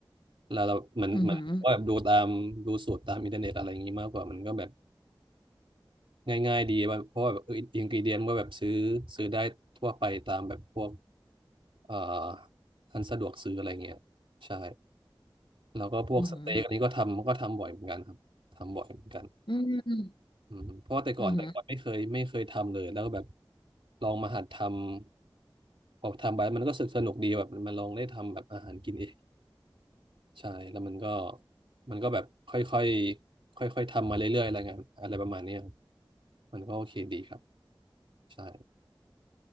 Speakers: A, on the right; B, on the left.
A: แล้วเราเหมือนเหมือนว่าแบบดูตามดูสูตรตามอินเทอร์เน็ตอะไรอย่างงี้มากกว่า
B: อือหือ
A: มันก็แบบง่ายๆดีว่าเพราะว่าแบบอินกรีเดียนก็แบบซื้อซื้อได้ทั่วไปตามแบบพวกเอ่ออันสะดวกซื้ออะไรเงี้ย ใช่ แล้วก็พวกสเต็กอันนี้ก็ทำก็ทำบ่อยเหมือนกันครับทำบ่อยเหมือนกัน
B: อือหืออืม
A: อืมเพราะว่าแต่ก่อนแต่ก่อนไม่เคยไม่เคยทำเลยแล้วก็แบบ
B: อือหือ
A: ลองมาหัดทำพอทำไปมันก็สนุกดีแบบมันลองได้ทำแบบอาหารกินเองใช่แล้วมันก็มันก็แบบค่อยค่อยค่อยค่อยๆทำมาเรื่อยๆอะไรเงี้ยอะไรประมาณเนี้ยครับมันก็โอเคดีครับใช่